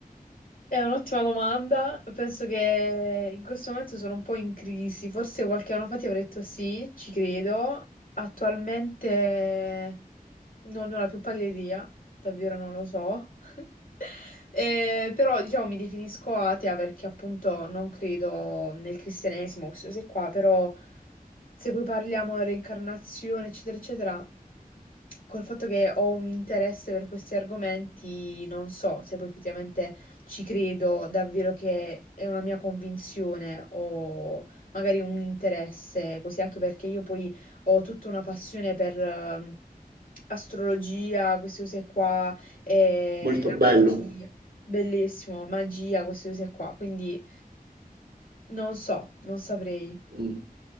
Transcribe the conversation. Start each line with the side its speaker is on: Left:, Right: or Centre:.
Left: È un'ottima domanda, penso che in questo momento sono un po' in crisi, forse qualche anno fa ti avrei detto sì, ci credo, attualmente... Non ne ho la più pallida idea, davvero non lo so. <laughs> Eh, però diciamo mi definisco atea perché appunto non credo nel cristianesimo, queste cose qua, però se poi parliamo di reincarnazione, eccetera, eccetera, col fatto che ho un interesse per questi argomenti, non so se poi effettivamente ci credo davvero che è una mia convinzione o magari un interesse, così anche perché io poi ho tutta una passione per ehm, astrologia, queste cose qua, e
Right: Molto
Left: la
Right: bello.
Left: magia. Bellissimo, magia, queste cose qua. Quindi non so, non saprei.
Right: Mm.